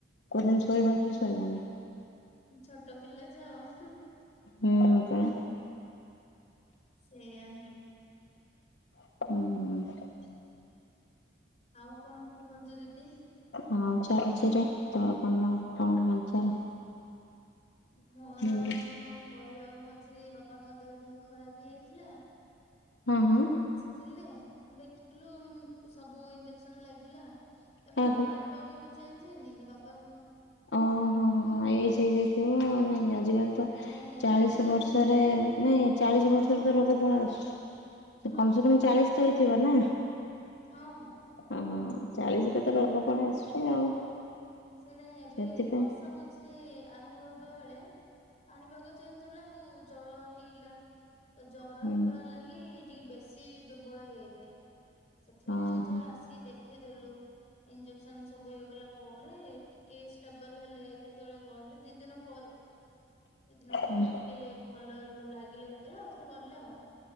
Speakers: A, on the left; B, on the left.
A: କୋଉଦିନ ଶୋଇବନି ଯେ ଶୋଇବନି।
B: ଉଁ, ଛୋଟ ପିଲା ଯାଅ ହୁଁ,।
A: ମୁଁ ଉଠିନେ
B: ସେଇଆ ହିଁ।
A: ହୁଁ।
B: ଆଉ କଣ କୁହନ୍ତୁ ଦିଦି?
A: ହଁ ଚାଲିଛି ରେ। ତୁମର କମ କଣ ହାଲଚାଲ?
B: ମୋର
A: ଓଃ
B: କଣ କହିବି ଆଉ ମଝିରେ ବାବାଙ୍କ ଦେହ ଟିକେ ଖରାପ ହେଇଯାଇଥିଲା।
A: ହଁ, ହଁ।
B: ଥିଲେ, ଦେଖିଲୁ ସବୁ ଇଞ୍ଜେକ୍ସନ୍ ଲାଗିଲା, ଏବେ
A: କାହାକୁ?
B: ପାଣି ପାଗ ବି ଚେଞ୍ଜ ହେଇନି କି, ବାପା ଙ୍କ
A: ହଁ, ହଁ, ହଁ, ହଁ ଏଜ୍ ହେଇଯାଇଥିବ ନାଇଁ, ଆଜିକାଲି ତ
B: ନାଇଁ ଏତେ
A: ଚାଳିଶ
B: ବି ଏଜ୍
A: ବର୍ଷରେ,
B: ନାଇଁ
A: ନାଇଁ ଏ ଚାଳିଶ
B: ହଁ
A: ବର୍ଷରେ ତ ରୋଗ ପଳି ଆସୁଛି। ତ
B: ହଁ
A: କମ
B: ଠିକ
A: ସେ କମ
B: କଥା
A: ଚାଳିଶ ତ ହେଇଥିବ ନା?
B: ହଁ ହଁ।
A: ହଁ ଚାଳିଶରେ ତ ରୋଗ ପଳେଇ ଆସୁଛି ଆଉ।
B: ସେଇଟା ଏବେ
A: ସେଥିପାଇଁ
B: ବର୍ଷା ମଝି ଝିରେ ଆରମ୍ଭ ହେବା ବେଳେ ପାଣିପାଗ ଚେଞ୍ଜ ହେଲାକୁ ଜର ହେଇଇଲା। ତ ଜର
A: ହୁଁ
B: ହେବ ଲାଗି ଟିକେ ବେଶି ଦୁର୍ବଳ ହେଇଲେ। ସେଥିପାଇଁ
A: ହଁ
B: ଆଉଥରେ
A: ହଁ
B: ଆସିିକି ଦେଖିଇଦେଲୁ। ଇଞ୍ଜେକ୍ସନ୍ ସବୁ ଇଏ କଲା ପର ରେ ଟିକେ ଷ୍ଟେବଲ୍ ହେଲେ କେତେବେଳେ କହିଲେ, ଦି ଦିନ ପରେ। ଦି ଦିନ ପରେ
A: ହଁ
B: ଟିକେ ଭଲ ଲାଗିଲା ଯେତେବେଳେ ଆଉଥରେ ଗଲେ ଆଉ।